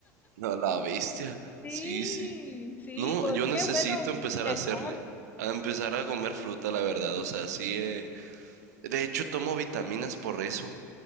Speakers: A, on the right; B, on the left.
A: No, la bestia.
B: Sí,
A: Sí, sí.
B: sí,
A: No,
B: pues
A: yo necesito
B: qué bueno,
A: empezar
B: mejor.
A: a hacerle, a empezar a comer fruta, la verdad. O sea, sí. eh, De hecho, tomo vitaminas por eso.